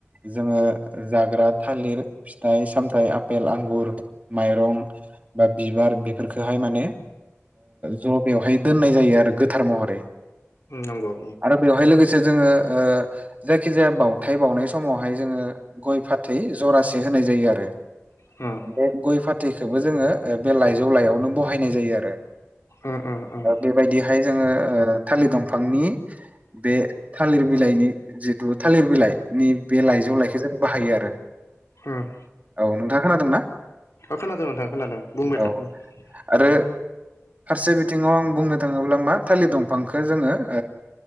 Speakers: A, on the right; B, on the left.
A: जोङो जाग्रा थालिर फिथाइ सामथायाइ आफेल आंगुर माइरं बा बिबार बेफोरखौहाय माने ज' बेवहाय दोननाय जायो आरो गोथार महरै
B: नांगौ
A: बेयावहाय लोगोसे जोङो जायखि जाया बाथाय बावनाय समावहाय जोङो गय फ थै जरासे होनाय जायो आरो
B: <unintelligible>
A: बे गय फाथैखौबो जोङो बे लाइजौ लायावनो बहायनाय जायो आरो
B: उम उम उम
A: ओ बेबायदिहाय जोङो थालिर दंफांनि बे थालिर बिलाइनि जिथु थालिर बिलाइ नि बे लाइजौ लाइखो जों बाहायो आरो
B: उम
A: औ नोंथाङा खोनादोंना
B: खोनादों नोंथां खोनादों बुंबाय
A: औ
B: था
A: आरो
B: उम
A: फारसे बिथिङाव आं बुंनो थाङोब्ला मा थालिर दंफांखौ जोङो